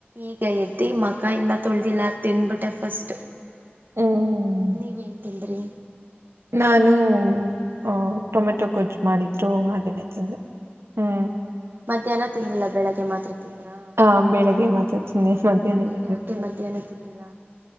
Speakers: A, on the right (about 50°); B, on the right (about 85°).
A: ಈಗ ಎದ್ದಿ ಮಕಾಯಿಂದ ತುಳ್ದಿಲ್ಲ ತಿನ್ಬಿಟ್ಟೆ ಫಸ್ಟ್
B: ಹ್ಮ್
A: ನೀವೇನ್ ತಿಂದ್ರಿ
B: ನಾನು
A: ಹ್ಮ್
B: ಅ ಟೊಮೆಟೊ ಕೊಜ್ಜು ಮಾಡಿದ್ದ ಹಾಗನದಿಂದ ಹ್ಮ್
A: ಮಧ್ಯಾಹ್ನ ತಿಂದಿಲ್ಲಾ ಬೆಳಗ್ಗೆ ಮಾತ್ರ ತಿಂದ್ರಾ
B: ಹ ಬೆಳಿಗ್ಗೆ ಮಾತಾತಿಂದೆ ಮಧ್ಯಾಹ್ನತ
A: ನೀವ್ ಯಾಕೆ ಮಧ್ಯಾಹ್ನ ತಿಂದಿಲ್ಲ